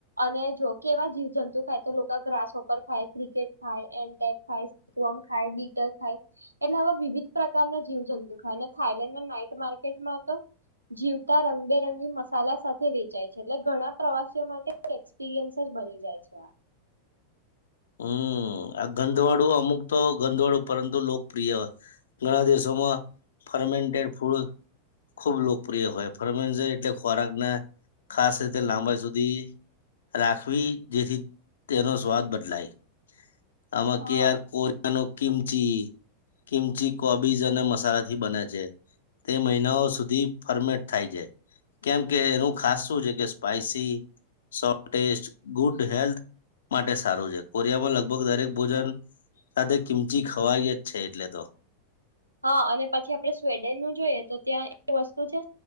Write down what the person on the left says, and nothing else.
હંમ. આ ગંધવાડું અમુક તો, ગંધવાડું પરંતુ લોકપ્રિય હોય. ઘણા દેશોમાં ફર્મેન્ટેડ ફૂડ ખૂબ લોકપ્રિય હોય. ફરમેન્ટ એટલે ખોરાકને ખાસ રીતે લાંબાઈ સુધી રાખવી, જેથી તેનો સ્વાદ બદલાય. આમાં
કે આર કોરિયાનો કિમચી. કિમચી કોબીઝ અને મસાલાથી બને છે. તે મહિનાઓ સુધી ફર્મેન્ટ થાય છે. કેમ કે એનું ખાસ શું છે, કે સ્પાઈસી સોલટેસ્ટ, ગુડ હેલ્થ માટે સારું છે. કોરિયામાં લગભગ દરેક ભોજન સાથે કિમચી ખવાય જ છે એટલે તો.